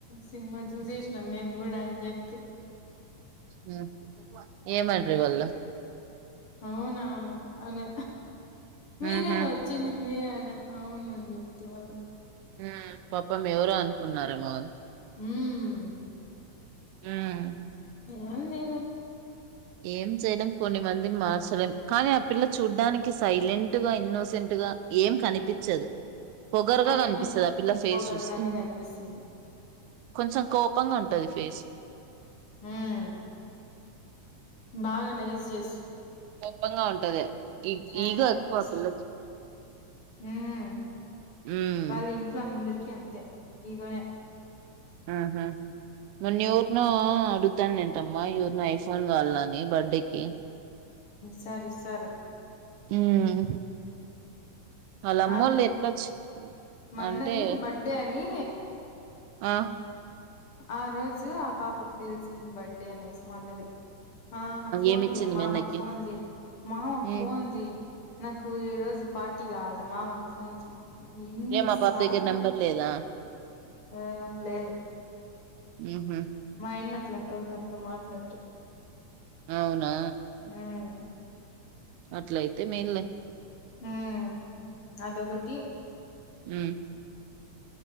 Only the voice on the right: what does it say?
హమ్ ఏమ్అన్రి వాళ్ళు
ఉహు
ఉమ్ పాపం ఎవరో అనుకున్నారేమో వాళ్ళు
ఆమ్
ఏం చేయలేం కొన్ని మందిని మార్చలేం కానీ ఆ పిల్ల చూడ్డానికి సైలెంట్ గా ఇన్నోసెంట్ ఇలా ఏం కనిపించదు పొగరుగా
కనిపిస్తది ఆ పిల్ల ఫేస్
చూస్తే
కొంచెం కోపంగా ఉంటది ఫేస్
కోప్పంగా ఉంటది ఈ
ఈగో ఎక్కువ
ఆ పిల్లకి
ఉమ్
ఉహుమ్ మొన్న ఎవరినో అడుతాను ఏంటమ్మా ఎవరెన్ని ఐఫోన్ కావలని బర్త్డేకిి
అమ్ వాళ్ళ
అమ్మ
వాళ్ళు ఎటొచ్చ
అంతే
ఆ
ఏమిచ్చింది
మెన్నకి
ఉమ్
ఏ మా పాప దగ్గర నెంబర్
లేదా
ఉహు
అవునా
అట్లయితే మెయిన్లే
అమ్